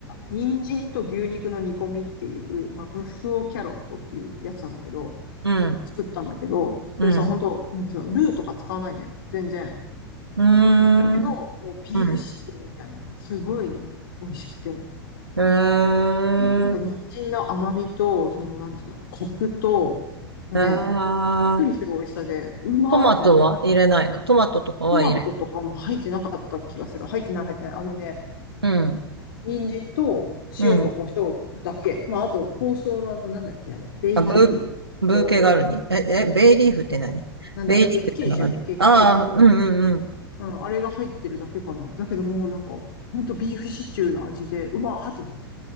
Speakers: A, on the left (about 65°); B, on the right (about 90°).
A: 人参と牛肉の煮込みっていう、まあ、ブッフオキャロットっていうやつなんだけど、
B: うん、
A: 作ったんだけど、それさ、
B: うん、
A: 本当なんつうの、
B: うん。
A: ルーとか使わないのよ。全然。
B: うー
A: だけど、
B: ん。
A: もうビーフシチューみたいな。
B: うん。
A: すごいね、美味しくて。
B: へえ
A: になんか人参の甘みと、その、なんつうの、コクと、もうね、
B: あー、
A: びっくりする美味しさで、うまーってなった。
B: トマトは入れないのトマトとかは入れ。
A: トマトとかも入ってなかった気がする。入ってない、入ってない。あのね、
B: うん。
A: 人参と塩と胡椒だけ。
B: うん。
A: まあ、あと、香草のあの、なんだっけ、あれ、ベイリーフと、
B: あ、ブー、ブーケガルニ。え、え、ベイリーフって何ベイリーフってのがあるあー、
A: なんだ、月桂樹、月桂樹。
B: うんうんうん。
A: うん、あれが入ってるだけかな。だけどもうなんか、ほんとビーフシチューの味で、うまーってなった。